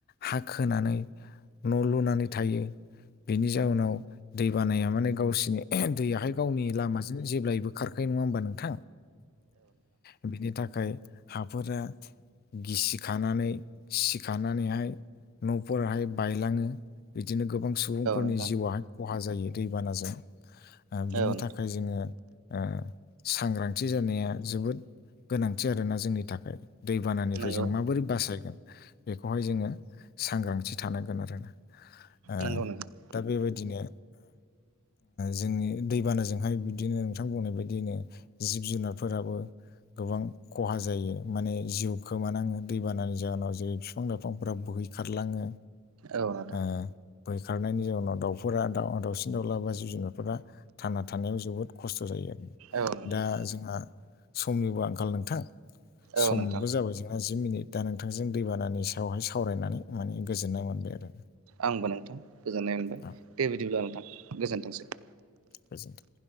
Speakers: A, on the left; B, on the right.
A: हा खोनानै। न लुनानै थायो। बेनि जाउनाव दै बानाया माने गावसिनि दैयाहाय गावनि। लामाजों जेब्लायबो खारखायो नङा होनोमबा नोंथां। बिनि थाखाय हाफोरा। गिसि खानानै सिखानानैहाय नफोराहाय बायलाङो। बिदिनो गोबां सुबुंफोरनि
B: नोंथां
A: जिउआहाय खहा जायो दैबानाजों ओ-बिनि
B: औ नोंथां
A: थाखाय जोङो ओ-सांग्रांथि जानाया जोबोद। गोनांथि आरोना जोंनि थाखाय दैबानानिफ्राय
B: नंगौ
A: जों माबोरै बासायगोन। बेखौहाय जोङो सांग्रांथि थानांगोन आरोना। ओ
B: नंगौ नोंथां
A: दा बेबायदिनो जोंनि दैबाना जा ओजोंहाय बिदिनो नोंथां बुंनाय बायदिनो जिब जुनारफोराबो। गोबां खहा जायो माने जिउ खोमानाङो दैबानानि जाहोनाव जे बिफां लाइफांफोरा बोहैखारलाङो
B: औ नोंथां
A: ओ बोहैखारनायनि जाउनाव दाउफोरा द दावसिन दाउला बा जिब जुनारफोरा थांना थानायाव जोबोद खस्थ' जायो
B: औ नोंथां
A: दा जोंहा समनिबो आंखाल नोंथां। सम
B: औ नोंथां
A: बो जाबाय जोंना जि मिनिट दा नोंथांजों दै बानानि सायावहाय सावरायनानै। माने गोजोननाय मोनबाय आरो।
B: आंबो नोंथां गोजोननाय मोनबाय
A: औ
B: दे बिदिब्ला' नोंथां गोजोन्थोंसै।
A: गोजोनथों।